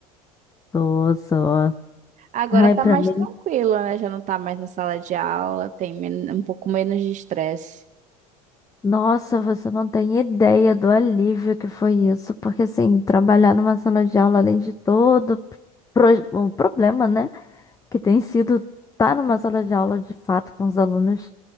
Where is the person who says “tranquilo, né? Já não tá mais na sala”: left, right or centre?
Right